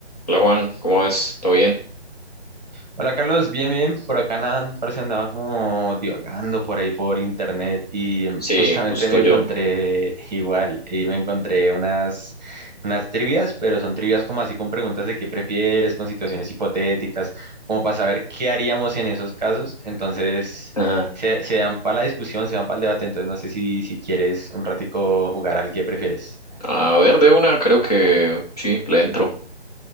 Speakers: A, on the left (about 35°); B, on the right (about 40°).
A: Hola Juan, ¿cómo vas? ¿Todo bien?
B: Hola Carlos, bien, bien. Por acá nada, parece andaba como divagando por ahí por internet y mm,
A: Sí,
B: justamente
A: justo
B: me encontré
A: yo.
B: igual y me encontré unas, unas trivias, pero son trivias como así con preguntas de qué prefieres, con situaciones hipotéticas, como para saber qué haríamos en esos casos. Entonces
A: Ajá.
B: se, se dan para la discusión, se dan para el debate. Entonces no sé si, si quieres un ratico jugar al que prefieres.
A: A ver, de una, creo que sí, le entro.